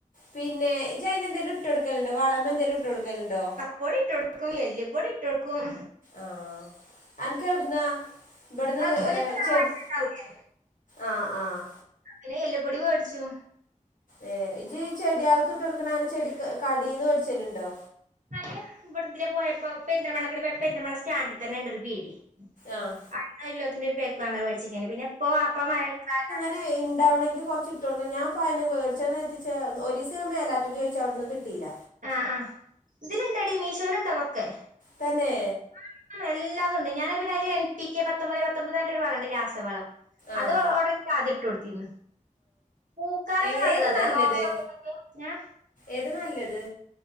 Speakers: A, on the left (about 80°); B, on the right (about 75°).
A: പിന്നെ ഇജ് അയ്ന് എന്തേലും ഇട്ട് കൊടുക്കലുണ്ടോ വളമ എന്തേലും ഇട്ട് കൊടുക്കലുണ്ടോ
B: പൊടിട്ടൊടുക്കും എല്ല് പൊടിട്ടൊടുക്കും
A: ആഹ് അൻക്ക് എവിട്ന്നാ ഇവിട്ന്ന്
B: വളപ്പൊടിയൊക്കെ
A: ഏ
B: തറവാട്ടിലുണ്ടാവൂലേ
A: ചെടി ആഹ് ആഹ്
B: ആ പിന്നെ എല്ല് പൊടി വേട്ച്ചും
A: ഏ ഇജ് ചെടികൾക്ക് ഇട്ട് കൊടുക്കണ അങ്ങനെ ചെടി കടീന്ന് മേിച്ചല്ലുണ്ടോ
B: അല്ല ഇവിട ഇതിലെ പോയപ്പോ പെരി ന്തൽ മണ കൂടി പോയപ്പോ പേരിദൽമണ സ്റ്റാൻഡിൽ തന്നെ ഉണ്ടരു പീഡി
A: ആഹ്
B: അന്നോല്ലോത്തിന്റെ ഒരു പേക്ക് അങ്ങനെ മേടിച്ചിക്കേനീ പിന്നെ ഇപ്പ വാപ്പ മഴക്കാലം തൊടങ്ങി
A: പിന്നെ ഇണ്ടാവണെങ്കി കൊറച്ച് ഇട്ട് കൊടുക്കണം ഞാൻ ഇപ്പ ആന്നെയാ വേടിച്ചാന്ന് കരുതി ചെ ഒരീസം ഞാൻ മേലാറ്റുരുന്ന് ചോയ്ച്ച അവിടുന്ന് കിട്ട് ട്ടീല്ല
B: ആഹ് ആഹ് ഇതില്ണ്ടടി മീഷോല്ണ്ട് അതൊക്കെ
A: തന്നെ
B: <unintelligible> എല്ലാതും ഇണ്ട് ഞാനത് പിന്നെ അതില് എൻ പി കെ പത്തൊമ്പതെ പത്തൊമ്പതെ പറഞ്ഞിട്ടൊരു വളം ഇണ്ട് രാസവളം
A: ആഹ്
B: അത് ഓർഡർ ആദ്യ ഇട്ട് കൊടുത്തിരുന്ന് പൂക്കാനൊക്കെ
A: എങ്ങനെ
B: നല്ലതാത്
A: ഏതാ നല്ലത്
B: റോസൊക്കെ ഇണ്ടെങ്കി ഏഹ്
A: ഏതാ നല്ലത്